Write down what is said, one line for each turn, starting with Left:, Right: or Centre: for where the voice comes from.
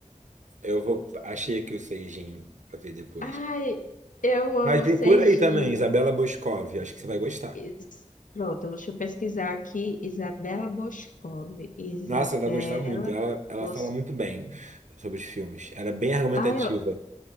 Right: eu vou, achei aqui o Seijinho, pra ver depois.
Left: Ai, eu amo
Right: Mas procura
Left: Serginho.
Right: aí também, Isabela Boscov, acho que você vai gostar.
Left: Is- Pronto, deixa eu pesquisar aqui. Isabela Boscov. Isabela
Right: Nossa, vai gostar muito. Ela, ela
Left: Bos...
Right: fala muito bem sobre os filmes. Ela é bem argumentativa.
Left: Ai, eu